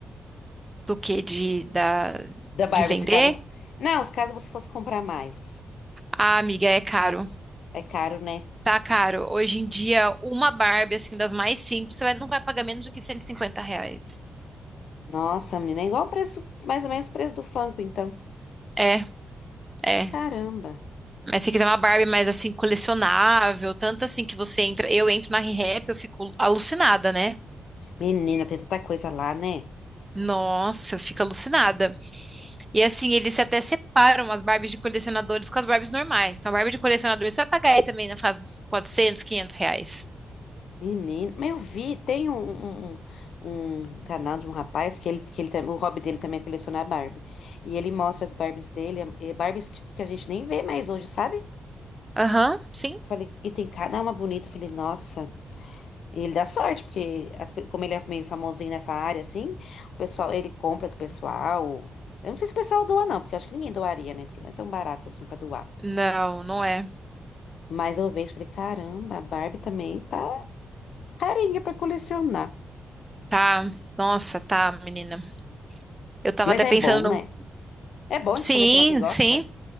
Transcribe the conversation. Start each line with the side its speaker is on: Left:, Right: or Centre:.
Right: Do que de, da,
Left: Da Barbie,
Right: de vender.
Left: se caso. Não, se caso você fosse comprar mais.
Right: Ah, amiga, é caro.
Left: É caro, né?
Right: Tá caro. Hoje em dia, uma Barbie, assim, das mais simples, você vai- não vai pagar menos do que 150 reais.
Left: Nossa, menina, é igual o preço, mais ou menos o preço do Funko, então.
Right: É, é.
Left: Caramba.
Right: Mas se quiser uma Barbie mais assim, colecionável, tanto assim que você entra, eu entro na Rehap, eu fico alucinada, né?
Left: Menina, tem tanta coisa lá, né?
Right: Nossa, eu fico alucinada. E assim, eles até separam as Barbies de colecionadores com as Barbies normais. Então, a Barbie de colecionador você vai pagar aí também na fase dos quatrocentos quinhentos reais.
Left: Menina. Mas eu vi, tem um, um, um- um canal de um rapaz que ele, que ele, tam- o hobby dele também é colecionar Barbie. E ele mostra as Barbies dele, é- é Barbies tipo que a gente nem vê mais hoje, sabe?
Right: Aham, sim.
Left: Falei, e tem cada uma bonita. Eu Falei, nossa. E ele dá sorte, porque as pe- como ele é meio famosinho nessa área, assim, o pessoal, ele compra do pessoal. Eu não sei se o pessoal doa, não, porque eu acho que ninguém doaria, né? Porque não é tão barato assim pra doar.
Right: Não, não é.
Left: Mas eu vejo, e falei, caramba, a Barbie também tá carinha pra colecionar.
Right: Tá. Nossa, tá, menina. Eu tava
Left: Mas
Right: até
Left: é
Right: pensando
Left: bom,
Right: no...
Left: né? É bom
Right: Sim,
Left: de colecionar o que gosta?
Right: sim.